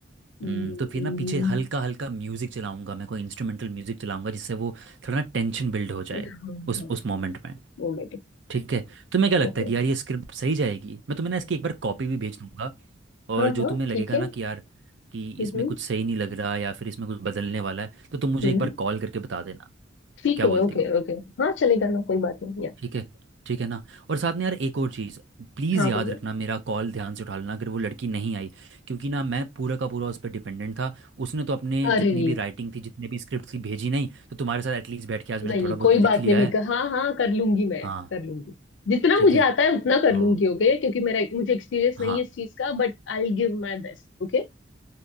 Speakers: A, on the left; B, on the right.
A: हम्म,
B: हम्म, तो फिर ना पीछे हल्का हल्का म्यूज़िक चलाऊंगा मैं कोई इंस्ट्रूमेंटल म्यूज़िक चलाऊंगा जिससे वो थोड़ा ना टेंशन बिल्ड हो जाए
A: हाँ
B: उस
A: हाँ
B: उस मोमेंट में
A: Oh my god
B: ठीक है तुम्हें क्या लगता
A: ओके
B: है कि यार ये स्क्रिप्ट सही जाएगी मैं तुम्हें ना इसकी एक बार कॉपी भी भेज दूंगा और
A: हाँ
B: जो
A: हाँ
B: तुम्हें लगेगा
A: ठीक है
B: ना कि यार कि
A: हम्म
B: इसमें कुछ सही नहीं लग रहा या फिर इसमें कुछ बदलने वाला है तो तुम मुझे
A: हम्म
B: एक बार कॉल करके बता देना
A: ठीक
B: क्या
A: है
B: बोलती
A: ओके
B: हो
A: ओके हाँ चलेगा ना कोई बात नहीं
B: ठीक है ठीक है ना और साथ में यार एक और चीज़ प्लीज़
A: हाँ
B: याद
A: बोलो
B: रखना मेरा कॉल ध्यान से उठा लेना अगर वो लड़की नहीं आई क्योंकि ना मैं पूरा का पूरा उस पर डिपेंडेंट था उसने तो अपने
A: अरे
B: जितनी भी राइटिंग थी जितने भी स्क्रिप्ट थी भेजी नहीं तो तुम्हारे साथ एटलीस्ट बैठ के आज मैंने
A: नहीं
B: थोड़ा बहुत
A: कोई
B: लिख
A: बात
B: लिया
A: नहीं मैं
B: है
A: कहा हाँ हाँ कर लूंगी मैं
B: हाँ
A: कर लूंगी जितना
B: ठीक
A: मुझे
B: है
A: आता है उतना कर
B: तो
A: लूंगी ओके क्योंकि मेरा मुझे एक्सपीरियंस
B: हाँ
A: नहीं है इस चीज का but I will give my best Okay